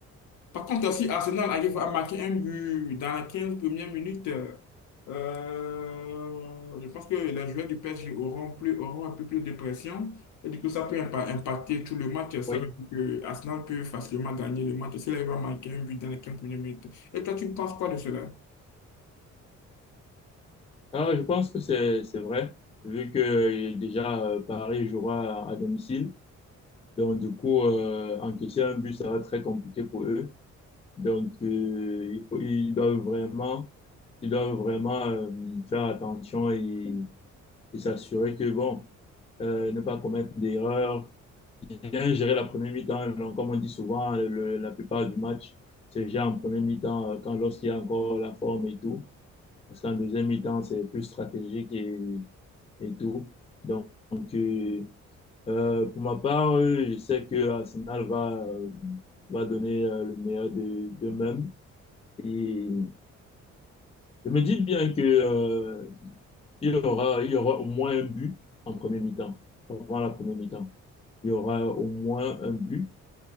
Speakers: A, on the left; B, on the left.
A: Par contre, si Arsenal arrive à marquer un but dans les 15 premières minutes, euh, je pense que les joueurs du PSG auront plus, auront un peu plus de pression. Et du coup, ça peut impa- impacter tout le match. Ça
B: Oui,
A: veut dire que Arsenal peut facilement gagner le match s'il arrive à marquer un but dans les 15 premières minutes. Et toi, tu penses quoi de cela?
B: Ah, je pense que c'est c'est vrai, vu que euh, déjà euh, Paris jouera à, à domicile. Donc, du coup, euh, encaisser un but, ça va être très compliqué pour eux. Donc, euh, il faut, ils doivent vraiment, ils doivent vraiment euh, faire attention et, et s'assurer que, bon, euh, ne pas commettre d'erreurs, bien géré la première mi-temps. Comme on dit souvent, le, la plupart du match c'est gère en première mi-temps euh, quand lorsqu'il y a encore la forme et tout. Parce qu'en deuxième mi-temps, c'est plus stratégique et, et tout. Donc, euh, euh, pour ma part, euh, je sais que Arsenal va, euh, va donner euh, le meilleur d'eux-mêmes. et je me dis bien que euh, il y aura, il y aura au moins un but en première mi-temps, avant la première mi-temps. Il y aura au moins un but